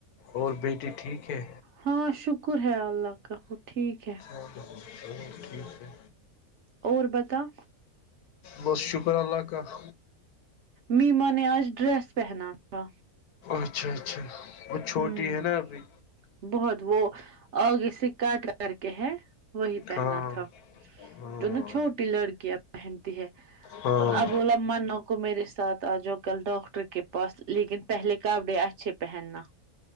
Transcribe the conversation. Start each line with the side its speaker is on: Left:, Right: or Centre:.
Left: اور بیٹی ٹھیک ہے
Right: ہاں شکر ہے اللہ کا ٹھیک ہے
Left: ٹھیک ہے
Right: اور بتا
Left: بت شکر اللہ کا
Right: میما نے آج ڈریس پہنا تھا
Left: اچھا اچھا وہ چھوٹی
Right: ہوں
Left: ہے نا ابھی
Right: بہت وہ آگے سے کٹ کر کے ہے وہی پہنا
Left: ہاں
Right: تھا
Left: ہاں
Right: جو نا چھوٹی لڑکیاں پہنتی ہے
Left: ہاں
Right: ابولا مان کو میرے ساتھ آ جا کل ڈاکٹر کے پاس لیکن پہلے کاڈے اچھے پہننا